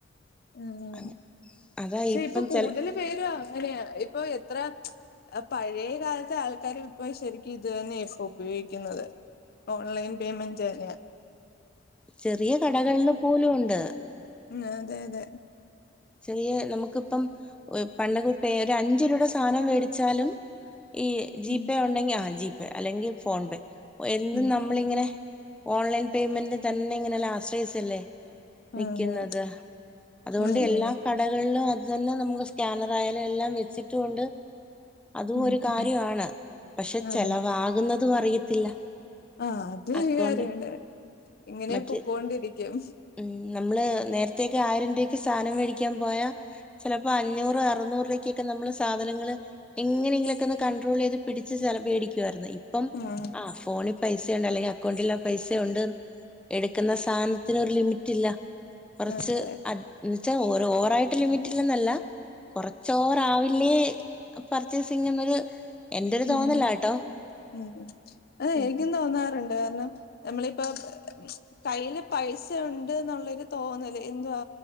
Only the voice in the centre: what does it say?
അങ്ങ അതാ
ഇപ്പം
ചെൽ
ചെറിയ കടകളിൽ പോലും ഉണ്ട്
ചെറിയ നമുക്കിപ്പം പണ്ടക്കേ ഒരു അഞ്ച് രൂപേടെ സാനം മേടിച്ചാലും ഈ ജിപേ
ഉണ്ടെങ്കി ആഹ് ജിപേ അല്ലെങ്കിൽ ഫോൺപേ എന്ത്
നമ്മളിങ്ങനെ ഓൺലൈൻ പേയ്മെന്റിന് തന്നെ ങ്ങനെ ആശ്രയിച്ചല്ലേ നിക്കുന്നത്
അതുകൊണ്ട്
എല്ലാ
കടകളിലും അത് തന്നെ നമുക്ക് സ്കാനർ ആയാലും എല്ലാം വെച്ചിട്ടുണ്ട് അതും
ഒരു കാര്യവാണ്
പക്ഷെ
ചെലവാകുന്നതും അറിയത്തില്ല
അക്കൗണ്ട്
മറ്റ്
ഉം നമ്മള് നേരത്തേക്കെ ആയിരം രൂപക്ക് സാനം മേടിക്കാൻ പോയാ ചിലപ്പോ അഞ്ഞൂറ് അറ്ന്നൂർ രൂപക്കൊക്കെ നമ്മള് സാധനങ്ങള് എങ്ങനെങ്കിലൊക്കെ ഒന്ന് കണ്ട്രോള് ചെയ്ത് പിടിച്ച് ചെല പേടിക്കുവായിരുന്നേ ഇപ്പം
ആഹ് ഫോണിൽ പൈസ ഉണ്ട് അല്ലെങ്കിൽ അക്കൗണ്ടിൽ ആഹ് പൈസുണ്ട് എടുക്കുന്ന സാധനത്തിനോര് ലിമിറ്റ് ഇല്ല കുറച്ച്
എന്ന് വച്ചാ ഓരോ ഓവറായിട്ട് ലിമിറ്റിലന്നല്ല കൊറച്ച് ഓവറാവില്ലേ പർച്ചേസിംഗ് എന്നൊരു എന്റെരു
തോന്നലാട്ടോ
ഉം